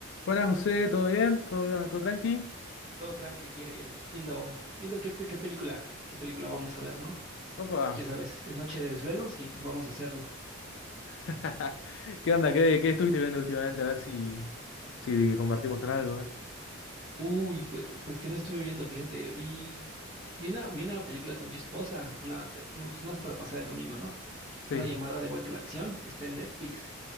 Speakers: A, on the left (about 55°); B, on the right (about 20°).
A: Buenas, José, ¿todo bien? ¿Todo, bien? ¿Todo tranqui?
B: Todo tranqui aquí, Ariel. Viendo, viendo qué, qué película, qué película vamos a ver, ¿no?
A: Opa.
B: Ya sabes, es noche de desvelos y pues vamos a hacerlo.
A: <laughs> ¿Qué onda? ¿Qué, qué estuviste viendo últimamente? A ver si, si compartimos en algo, ¿eh?
B: Uy, pues, pues que no estuve viendo, fíjate, vi, vi una, vi una película con mi esposa, una, de- no, pues más para pasar el domingo, ¿no?
A: Sí.
B: Una llamada de vuelta a la acción, está en Netflix,